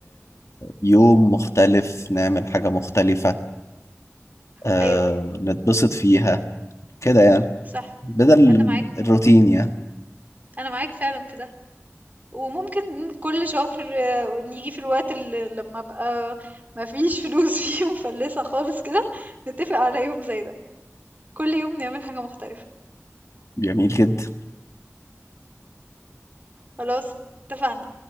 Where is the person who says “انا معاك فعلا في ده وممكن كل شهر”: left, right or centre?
Right